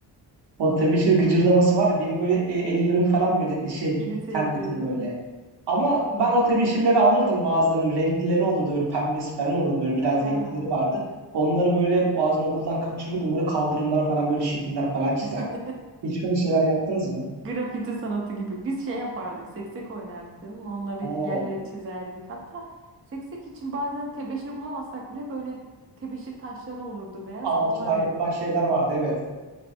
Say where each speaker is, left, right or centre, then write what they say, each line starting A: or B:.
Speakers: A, on the right (about 70°); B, on the right (about 35°).
A: O tebeşir gıcırdaması var ya beni böyle e, ellerimi falan böyle e, şey
B: İrite
A: terletir
B: ediyor değil
A: böyle.
B: mi?
A: Ama ben o tebeşirleri alırdım bazen. Böyle Renklileri olurdu böyle pembesi falan olurdu böyle biraz
B: Ya.
A: renklileri vardı. Onları böyle bazen okuldan kaçırırdım. Böyle kaldırımlara falan böyle şekiller falan çizerdim.
B: <laughs>
A: Hiç böyle şeyler yaptınız mı?
B: Grafiti sanatı gibi. Biz şey yapardık, seksek oynardık değil mi? Onları
A: Hmm.
B: yerleri çizerdik. Hatta seksek için bazen tebeşir bulamazsak bile böyle tebeşir taşları olurdu beyaz.
A: Alçıdan
B: Onlarla
A: yapılan
B: yapardık.
A: şeyler vardı evet.